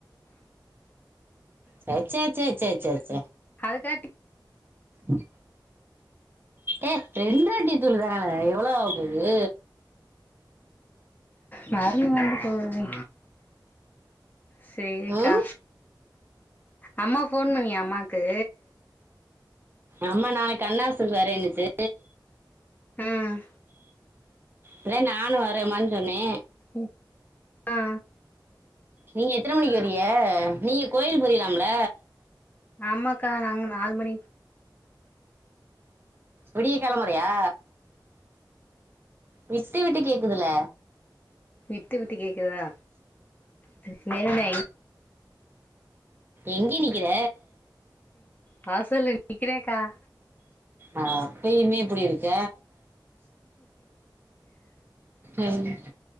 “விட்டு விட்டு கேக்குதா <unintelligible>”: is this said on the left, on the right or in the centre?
Left